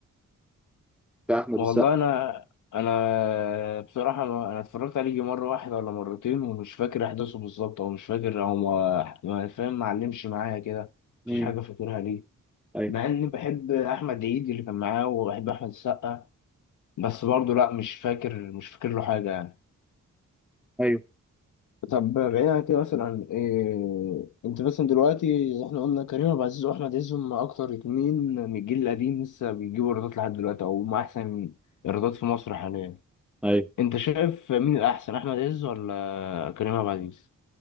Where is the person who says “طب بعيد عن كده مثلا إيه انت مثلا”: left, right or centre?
Left